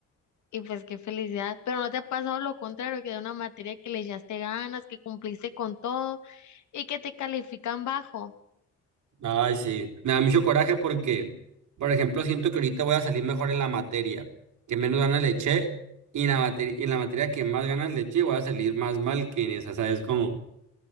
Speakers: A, on the left; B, on the right.
A: y pues qué felicidad, pero no te ha pasado lo contrario, que de una materia que le echaste ganas, que cumpliste con todo y que te califican bajo.
B: Ay, sí. Me da mucho coraje porque, por ejemplo, siento que ahorita voy a salir mejor en la materia que menos ganas le eché y en la materia, en la materia que más ganas le eché voy a salir más mal que en esa, ¿sabes cómo?